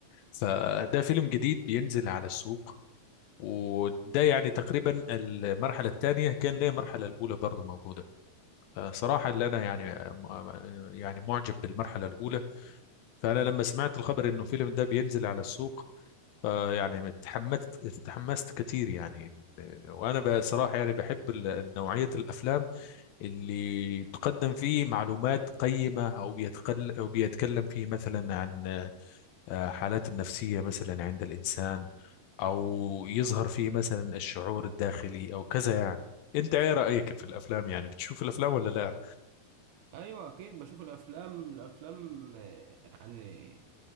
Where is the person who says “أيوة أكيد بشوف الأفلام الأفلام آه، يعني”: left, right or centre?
Right